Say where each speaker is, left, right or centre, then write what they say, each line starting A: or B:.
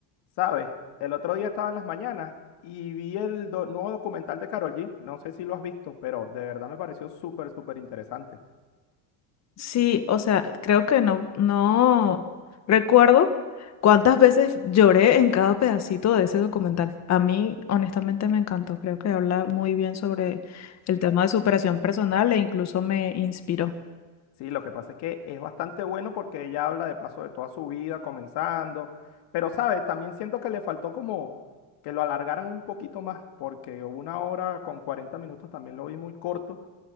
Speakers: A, on the left; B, on the left.
A: ¿Sabes? El otro día estaba en las mañanas y vi el do- nuevo documental de Karol G. No sé si lo has visto, pero de verdad me pareció súper, súper interesante.
B: Sí, o sea, creo que no, no recuerdo cuántas veces lloré en cada pedacito de ese documental. A mí, honestamente, me encantó. Creo que habla muy bien sobre el tema de superación personal e incluso me inspiró.
A: Sí, lo que pasa es que es bastante bueno porque ella habla de paso de toda su vida, comenzando. Pero, ¿sabes? También siento que le faltó como que lo alargaran un poquito más, porque una hora con 40 minutos también lo vi muy corto